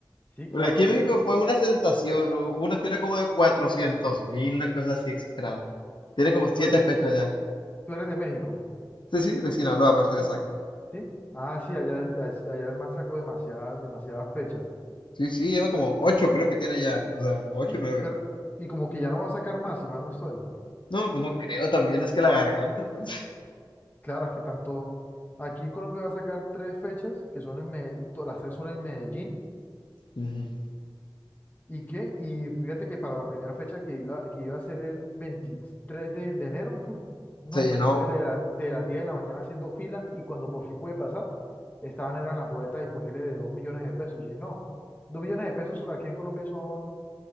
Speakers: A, on the left (about 20°); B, on the left (about 70°).
A: Sí,
B: Bueno,
A: claro,
B: aquí en México
A: eso.
B: fue una sensación. hu- Hubo una fila como de cuatrocientos mil, una cosa así exagerada. Tiene
A: eh,
B: como siete
A: tú eres,
B: fechas ya.
A: tú eres de México,
B: Sí, sí, de Sinaloa, para ser
A: ¿sí?
B: exacto.
A: ¿Sí? Ah, sí, allá, el- allá el man sacó demasiadas, demasiadas fechas. O
B: Sí, sí, lleva como
A: sea,
B: ocho, creo que tiene ya. O sea, ocho,
A: sí,
B: o nueve.
A: pero, y como que ya no va a sacar más, si mal no estoy.
B: No, pues no creo también, es que la garganta, pues.
A: Claro, es que tanto. Aquí en Colombia va a sacar tres fechas, que son en Me- to- las tres son en Medellín.
B: Ujú.
A: ¿Y qué? Y fíjate que para la primera fecha que iba, que iba a ser el 23 de, de enero, <laughs> no,
B: Se
A: hombre,
B: llenó
A: estuve de, la- de las 10 de la mañana haciendo fila y cuando por fin pude pasar, estaban eran las boletas disponibles de 2 millones de pesos. Y dije, no, 2 millones de pesos aquí en Colombia son